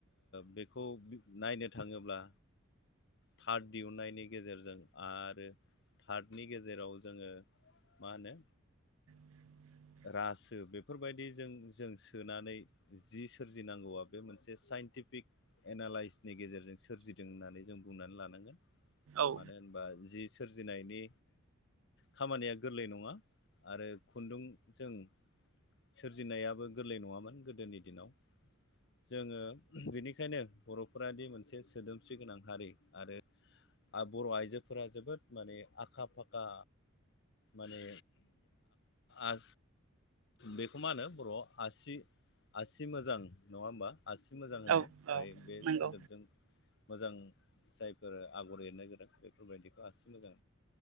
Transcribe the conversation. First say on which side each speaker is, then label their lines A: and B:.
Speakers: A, on the left (about 55°); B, on the right (about 75°).
A: बे खौ नायनो थाङोब्ला थार्ड दिहुनन्नायनि गेजेरजों आरो थार्दनि गेजेराव जोङो मा होनो
B: <unintelligible>
A: रासो बेफोरबायदिजों जों सोनानै जि सोरजिनांगौआ बे मोनसे साइन टिफिक एना लाइसनि गेजेरजों सोरजिदों होननानै जों बुंनानै लानांगोन
B: औ
A: मानो होन जि सोरजिनायनि खामानिया गोरलै नङा आरो खुन्दुंजों सोरजिनायाबो गोरलै नङामोन गोदोनि दिनाव जोङो बेनिखायनो बर'फोराद मोनसे सोदोमस्रि गोनां हारि आरो आरो बर' आइजोफोरा जोबोद माने आखा फाखा माने आ बेखौ मा होनो बर' आसि आसि मोजां नङा होमबा आसि मोजां होनो
B: औ औ
A: फ्राय बे
B: नंगौ
A: सोदोबजों मोजां जायफोर आगर एरनो गोनां बेफोरबायदिखौ आसि मोजां